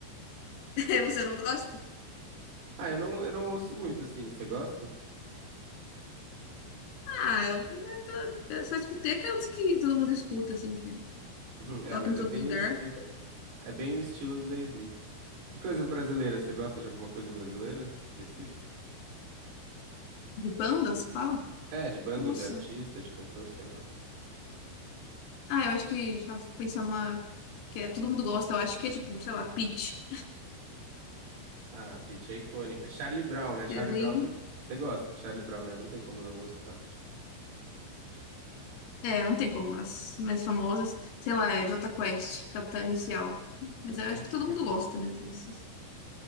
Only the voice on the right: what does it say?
Ah, eu não, eu não ouço muito, assim. Você gosta?
Uhum, É,
mas
é bem
o estilo. É bem o estilo do The Smiths. E coisas brasileiras, você gosta de alguma coisa brasileira específica?
É, de banda
ou de artista, de cantor, sei lá.
Ah, Pitty é icônica. Charlie Brown, né? Charlie
Brown. não- Você gosta de Charlie Brown, né? Não tem como não gostar.
<laughs>